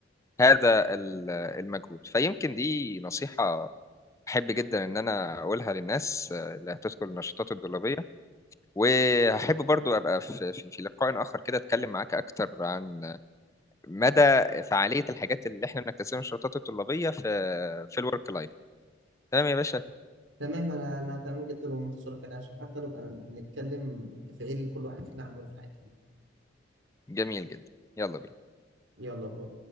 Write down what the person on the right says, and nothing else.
تمام انا انا تمام جدا ومنتصرة كده عشان حتى نبقى بنتكلم في ايه اللي كل واحد فينا عمله في الحته دي
يلا باي